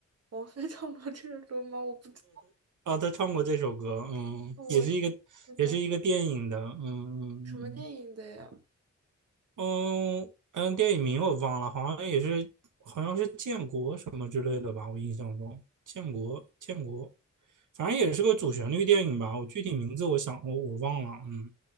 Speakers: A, on the right (about 55°); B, on the right (about 85°).
A: 王菲唱过这个歌吗？我不知
B: 啊，他唱过这首歌，嗯，
A: 道，我不知道
B: 也是一个，也是一个电影的，嗯嗯
A: 什么电影的呀？
B: 嗯嗯，电影名我忘了，好像也是，好像是建国什么之类的吧，我印象中，建国建国，反正也是个主旋律电影吧，我具体名字我想我我忘了，嗯